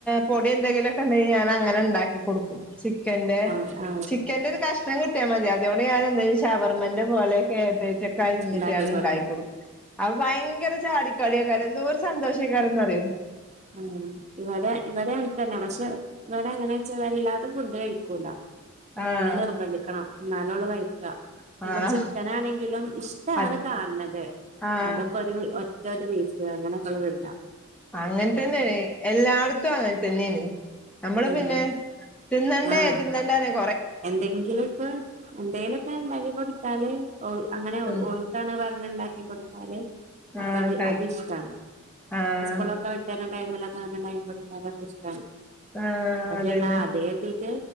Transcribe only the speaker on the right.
ആ ആ
ഉണ്ടാക്കി
കൊടുക്കും
ഉം ഇവിടെ ഇവിടെ ആയിത്തന്നെ പഷെ ഇവിടെ എങ്ങനെച്ചാ വല്ലാതും ഫുണ്ട് കഴിക്കും. ക്കൂല
മ്മള് നിർബന്ധിക്കണം എന്നാലൊള്ളൂ കഴിക്ക. ഇപ്പ
ചിക്കനാണെങ്കിലും ഇഷ്ടാണ്
കാൻണത്
അതൊക്കൊരു ഒ റ്റൊരു പീസ് അങ്ങനൊക്കോള് തിന്നാ.
ഉം
ആ
എന്തെങ്കിലും ഇപ്പോ എന്തേലൊക്കെ ഇണ്ടാക്കി കൊടുത്താല് ഓ അങ്ങനെ
ഓൾക്കാണ് പറഞ്ഞണ്ടാക്കി ക്കി കൊടുത്താല് അപ്പ
അത്
അതിഷ്ട്ടാണ്
സ്കൂളൊക്കെ വിട്ടരണ ടൈമിലൊക്കങ്ങനെ ഒണ്ടാക്കി കൊടുത്താതൊക്കെ ഇഷ്ട്ടാണ്
പക്ഷെ
എന്നാ അതെരുതീട്ട്